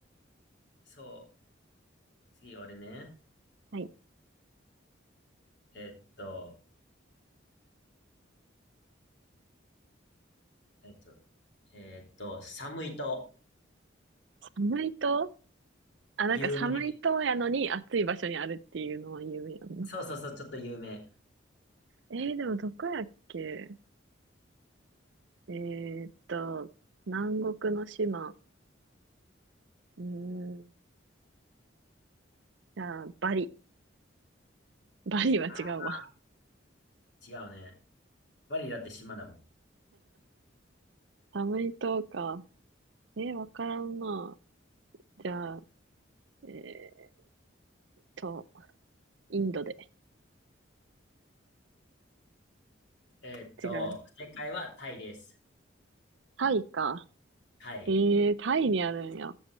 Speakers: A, on the left (about 60°); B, on the right (about 70°).
A: そう。次、俺ね。
B: はい。
A: えっと、えっと、えっと、寒いと、
B: 寒いとあ、なんか寒いとやのに暑い場所にあるっていうのは有名やんな。
A: 有名。そうそうそう、ちょっと有名。
B: えー、でもどこやっけえーっと、南国の島。うーん、じゃあ、バリ。バリは違うわ。
A: あー、違うね。バリだって島だもん。
B: 寒い島か。えー、わからんな。じゃあ、えーっと、インドで。
A: えっと、
B: 違う。
A: 正解はタイです。
B: タイか。
A: はい。
B: えー、タイにあるんや。